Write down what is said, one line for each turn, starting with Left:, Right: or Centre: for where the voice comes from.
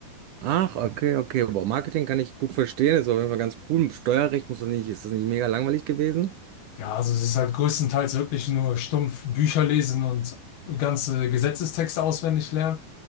Right: Ach, okay, okay. Boah, Marketing kann ich gut verstehen, ist auf jeden Fall ganz cool. Steuerrecht muss das nicht, ist das nicht mega langweilig gewesen?
Left: Ja, also es ist halt größtenteils wirklich nur stumpf Bücher lesen und ganze Gesetzestexte auswendig lernen.